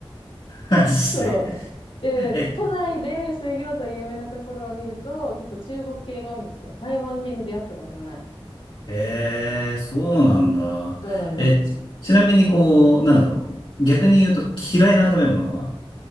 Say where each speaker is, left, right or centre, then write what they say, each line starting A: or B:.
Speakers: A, on the left; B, on the left.
A: マジで。
B: そう。で、
A: え、
B: 都内で水餃子有名なところを見ると、結構中国系が多いんですよ。台湾系に出会ったことがない。
A: ええ、そうなんだ。
B: そうなんです。
A: え、ちちなみにこう、なんだろう。逆に言うと嫌いな食べ物は